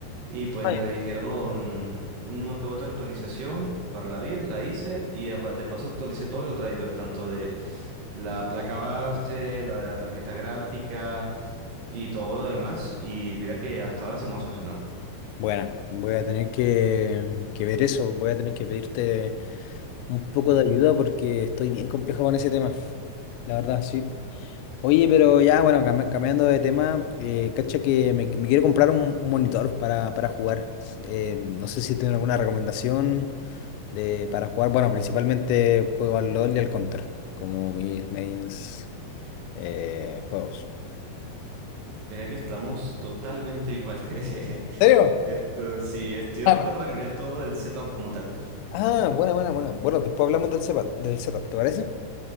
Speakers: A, on the right; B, on the left.
A: Y pues
B: Ah,
A: me
B: ya.
A: dijeron una que otra actualización para la BIOS, la hice y apa- de paso actualicé todos los drivers, tanto de la placa base, la de la tarjeta gráfica y todo lo demás. Y mira que hasta ahora se me ha solucionado.
B: Bueno, voy a tener que, que ver eso, voy a tener que pedirte Un poco de ayuda porque estoy bien complejo con ese tema, la verdad, sí. Oye, pero ya, bueno, cami- cambiando de tema, eh, cacha que me, me quiero comprar un, un monitor para, para jugar. S- Eh, no sé si tienen alguna recomendación de, para jugar. Bueno, principalmente juego al LOL y al Counter, como mis mains eh, juegos.
A: Mira que estamos totalmente igual. <laughs>
B: ¿En serio?
A: Esto sí, estoy ahorrando
B: Ah,
A: para cambiar todo el setup como tal.
B: Ah, buena, buena, buena. Bueno, después hablamos del setup, del setup, ¿te parece?